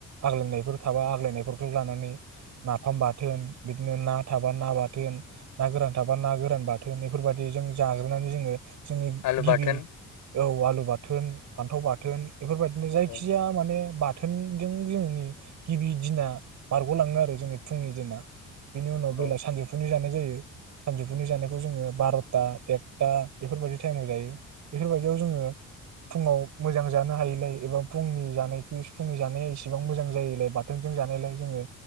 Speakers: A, on the right (about 70°); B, on the left (about 85°).
A: आग्लायनायफोर थाबा आग्लायनायफोरखौ लानानै नाफाम बाथोन बिदिनो ना थाबा ना बाथोन ना गोरान थाबा ना गोरान बाथोन बेफोरबादि जों जाग्रोनानै जोङो जोंनि
B: आलु
A: गिबि
B: बाथोन
A: औ आलु बाथ थोन फान्थाव बाथोन बेफोरबायदिनो जायखिजाया
B: औ
A: माने बाथोनजों जों नि गिबि दिना बारगलाङो आरो जोंनि फुंनि दिना। बिनि उनाव बेला
B: औ
A: सानजौफुनि जानाय जायो सानजौफुनि जानायखौ जोङो बारथा एक्था बेफोरबायदि टाइमाव जायो। बेफोरबायदियाव जोङो फुङाव मोजां जानो हायिलाय एबा फुंनि जानायखौ फुंनि जानाया इसेबां मोजां जायलाय बाथोनजों जानायलाय जोङो